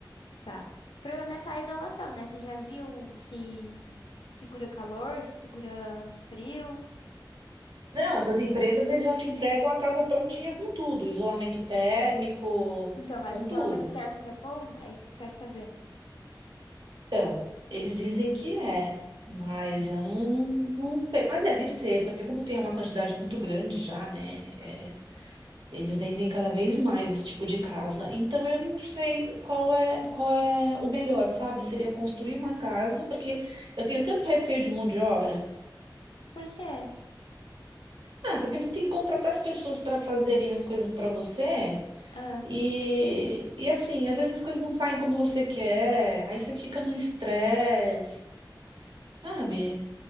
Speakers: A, on the left; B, on the right.
A: Tá. O problema é só a isolação, né? Você já viu se, se segura calor, se segura frio?
B: Não, essas empresas eles já te entregam a casa prontinha com tudo, isolamento térmico,
A: Então, mas
B: com
A: isolamento
B: tudo.
A: térmico é bom? É isso que eu quero saber.
B: Então, eles dizem que é, mas
A: Hum.
B: eu não, não sei. Mas deve ser, porque como tem uma quantidade muito grande já, né? é, Eles vendem cada vez mais esse tipo de casa. Então eu não sei qual é qual é o melhor, sabe? Seria construir uma casa, porque eu tenho tanto receio de mão de obra.
A: Por quê?
B: Ah, porque você tem que contratar as pessoas para fazerem as coisas para você.
A: Ah,
B: E, e assim, às vezes as coisas não saem como você quer, aí você fica no estresse, sabe?